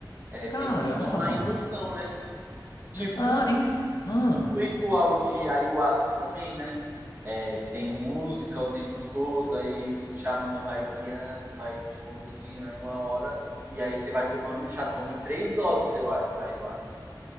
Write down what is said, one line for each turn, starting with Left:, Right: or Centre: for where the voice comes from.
Right: É,
Left: Caramba,
Right: tem então a
Left: mano.
Right: indução, né? Tipo
Left: Ah, em Ah,
Right: o ritual de ayahuasca também, né? é, tem música o tempo todo, aí o xamã vai guiando, vai te conduzindo aí uma hora, e aí você vai tomando um chá, toma em três doses, eu acho, aí ayahuasca.